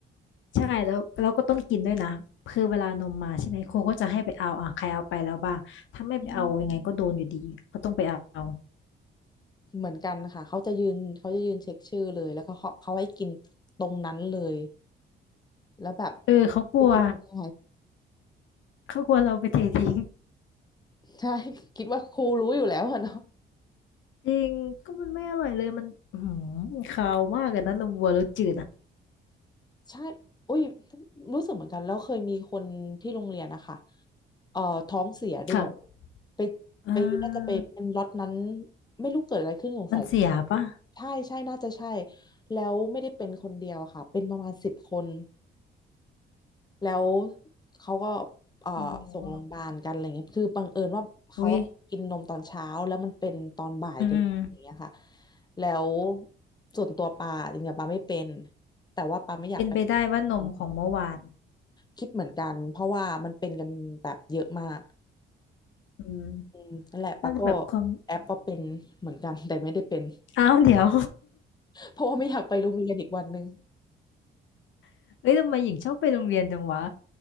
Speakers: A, on the left; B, on the left.
A: ใช่แล้วเราก็ต้องกินด้วยนะคือเวลานมมาใช่ไหมครูก็จะให้ไปเอาอ่ะใครเอาไปแล้วบ้างถ้าไม่ไปเอายังไงก็โดนอยู่ดีก็ต้องไปเอา
B: อืมเหมือนกันค่ะเขาจะยืนเขาจะยืนเช็คชื่อเลยแล้วก็เขาเขาให้กินตรงนั้นเลยแล้วแบบ
A: เออเขากลัว
B: ไม่กินไม่ได้
A: เขากลัวเราไปเททิ้ง
B: ใช่ <laughs> คิดว่าครูรู้อยู่แล้วอะเนาะ
A: จริงก็มันไม่อร่อยเลยมันอือหือคาวมากเลยนะนมวัวรสจืดอ่ะ
B: ใช่อุ้ยรู้สึกเหมือนกัน แล้วเคยมีคนที่โรงเรียนนะคะ เอ่อท้องเสียด้วย
A: ค่ะ
B: ไป
A: อ่า
B: ไปน่าจะไปเป็นล็อตนั้นไม่รู้เกิดอะไรขึ้นสงสัย
A: มันเสียปะ
B: ใช่ใช่น่าจะใช่ แล้วไม่ได้เป็นคนเดียวอะค่ะ เป็นประมาณสิบคนแล้วเขาก็เอ่อส่งโรงพยาบาลกันอะไรเงี้ยคือบังเอิญว่าเขากินนมตอนเช้าแล้วมันเป็นตอนบ่ายกันอย่างเงี้ยค่ะ
A: อ๋ออุ้ยอืม
B: แล้วส่วนตัวปาจริงๆปาไม่เป็น แต่ว่าปาไม่อยากไป
A: เป็นไปได้ว่านมของเมื่อวาน
B: ทำเองคิดเหมือนกันเพราะว่ามันเป็นกันแบบเยอะมาก
A: อืม
B: อืมนั่นแหละปาก็
A: น่าจะแบบความ
B: แอปว่าเป็นเหมือนกันแต่ไม่ได้เป็น
A: อ้าวเดี๋ยว
B: เพราะว่าไม่อยากไปโรงเรียนอีกวันหนึ่ง
A: <laughs> เอ้ย ทำไมหญิงชอบไปโรงเรียนจังวะ